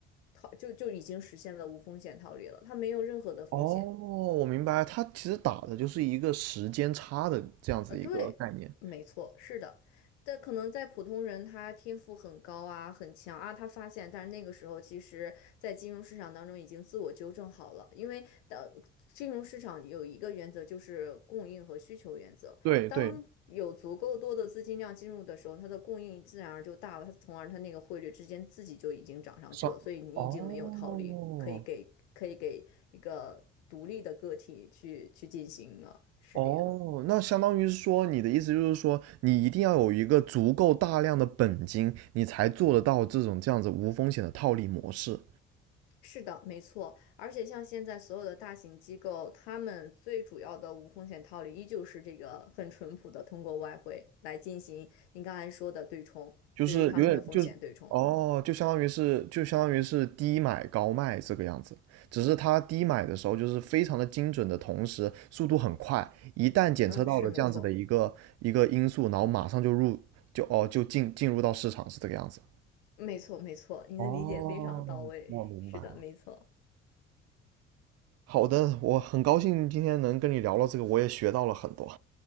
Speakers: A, on the left; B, on the right.
A: 套就就已经实现了无风险套利了，他没有任何的风险。
B: 哦，我明白，它其实打的就是一个时间差的这样子一个概念。
A: 啊，对，没错，是的，但可能在普通人，他天赋很高啊，很强啊，他发现，但是那个时候，其实，在金融市场当中已经自我纠正好了，因为当金融市场有一个原则就是供应和需求原则，
B: 对对，
A: 当有足够多的资金量进入的时候，它的供应自然而就大了，它从而它那个汇率之间自己就已经涨上去了，
B: 上，
A: 所以你已经没有套利可以给可以给一个独立的个体去去进行了，
B: 哦
A: 是这样。
B: 哦，那相当于是说，你的意思就是说，你一定要有一个足够大量的本金，你才做得到这种这样子无风险的套利模式。
A: 是的，没错，而且像现在所有的大型机构，他们最主要的无风险套利依旧是这个很淳朴的通过外汇来进行您刚才说的对冲，
B: 就是有点就是哦，
A: 对于他们的风险对冲。
B: 就相当于是就相当于是低买高卖这个样子，只是它低买的时候就是非常的精准的同时速度很快，一旦检测到了这样子的一个一个因素，
A: 嗯，是没错，
B: 然后马上就入就哦就进进入到市场是这个样子。
A: 没错，没错，您的理解非常到位。
B: 哦，我明白了。
A: 是的，没错。
B: 好的，我很高兴今天能跟你聊到这个，我也学到了很多。